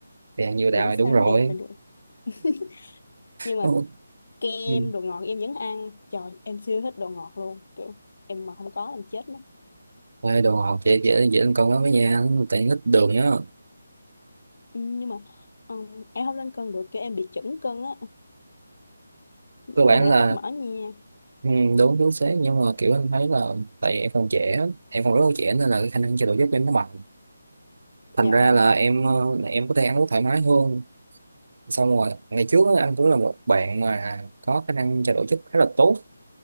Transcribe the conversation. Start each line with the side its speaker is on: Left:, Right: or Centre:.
Right: thì ăn nhiều đào
Left: miễn
Right: thì đúng
Left: sao
Right: rồi
Left: nó đẹp là được <laughs> nhưng mà
Right: ừ.
Left: kem
Right: Ừ.
Left: đồ ngọt em vẫn ăn trời em siêu thích đồ ngọt luôn kiểu em mà không có em chết mất
Right: Ê, đồ ngọt dễ dễ dễ ăn cơm lắm với nha tại ít đường nhá
Left: Ừ, nhưng mà ừm, em không lên cân được kiểu em bị chững cân á
Right: cơ bản
Left: nhưng mà nó
Right: là
Left: tích mỡ nha
Right: ừ, đúng đúng sáng nhưng mà kiểu anh thấy là tại em còn trẻ em còn rất là trẻ nên là cái khả năng chạy độ dốc của em nó mạnh thành
Left: dạ
Right: ra là em ờ, em có thể ăn uống thoải mái hơn xong rồi ngày trước á, anh cũng là một bạn mà có khả năng chạy độ chất khá là tốt